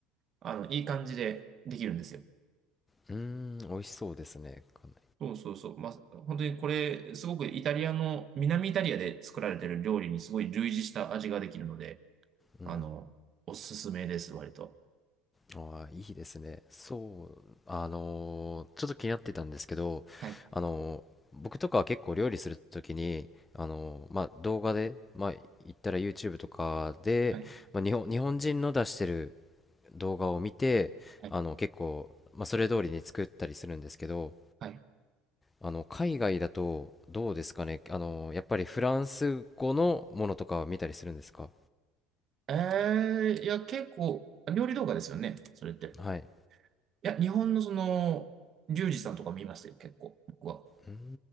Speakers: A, on the right; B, on the left.
A: あの、いい感じでできるんですよ。
B: うーん。美味しそうですね。かな
A: そうそうそう。まあ、本当にこれ、すごくイタリアの、南イタリアで作られてる料理にすごい類似した味ができるので、
B: り。
A: あの、
B: う
A: おすすめです、割と。
B: ーん。ああいいですね。そう。あのーちょっと気になってたんですけど、
A: はい。
B: あのー僕とかは結構料理するときに、あのーまあ、動画で、まあ、言ったら YouTube とかで、
A: はい。
B: まあ、日本、日本人の出してる動画を見て、
A: はい。
B: あの、結構、まあ、それ通りに作ったりするんですけど、
A: はい。
B: あの海外だとどうですかねあのやっぱりフランス語のものとかは見たりするんですか
A: ええいや、結構、料理動画ですよね、それって。
B: はい。
A: いや、日本のその、リュウジさんとか見ましたよ、結構、僕は。
B: うん。